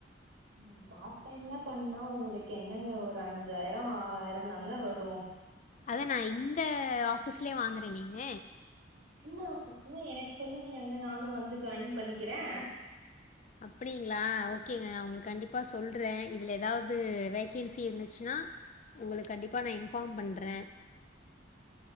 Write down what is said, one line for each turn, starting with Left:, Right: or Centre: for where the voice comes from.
Right: <inaudible> பார்ட் டைம்ல பண்ணா உங்களுக்கு என்னங்க ஒரு அஞ்சாய்ரோ ஆறாய்ரோ தாங்க வரு
Left: அத நா இந்த ஆபீஸ்லே வாங்கறனேங்க
Right: என்ன ஆபீஸ்ங்க எனக் சொல்லுங்கலேங்க நானு வந்து ஜாயின் பண்ணிக்கிறே
Left: அப்டிங்ளா ஓகேங்க நா உங்களுக்கு கண்டிப்பா சொல்றே இதுல எதாவ்து வேக்கென்சி இருந்துச்சுன்னா உங்களுக் கண்டிப்பாக நா இன்ஃபாம் பண்றே